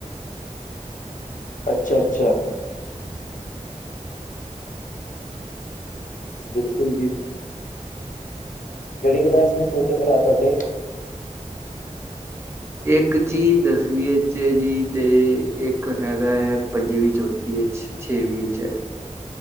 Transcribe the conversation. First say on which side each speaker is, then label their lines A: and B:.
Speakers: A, on the left (about 75°); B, on the right (about 20°).
A: ਅੱਛਾ-ਅੱਛਾ! ਬਿਲਕੁਲ ਜੀ। ਕਿਹੜੀ ਕਲਾਸ ਨੇ ਛੋਟੇ ਭਰਾ ਤੁਹਾਡੇ?
B: ਇੱਕ ਜੀ ਦਸਵੀਂ ਵਿੱਚ ਐ ਜੀ, ਤੇ ਇੱਕ ਹੈਗਾ ਪੰਜਵੀਂ, ਚੌਥੀ ਵਿੱਚ। ਛੇਵੀਂ 'ਚ' ਵਿਚ ਐ।